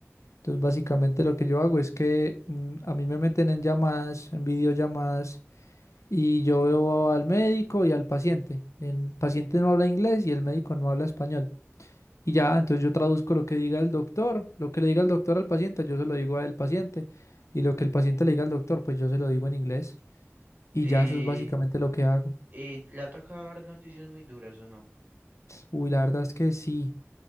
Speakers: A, on the left (about 75°); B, on the right (about 35°).
A: Entonces, básicamente lo que yo hago es que mm, a mí me meten en llamadas, en videollamadas, y yo veo al médico y al paciente. El paciente no habla inglés y el médico no habla español. Y ya, entonces yo traduzco lo que diga el doctor, lo que le diga el doctor al paciente, yo se lo digo al paciente. Y lo que el paciente le diga al doctor, pues yo se lo digo en inglés. Y
B: Y,
A: ya eso es básicamente lo que hago.
B: y le ha tocado dar noticias muy duras o no?
A: Uy, la verdad es que sí.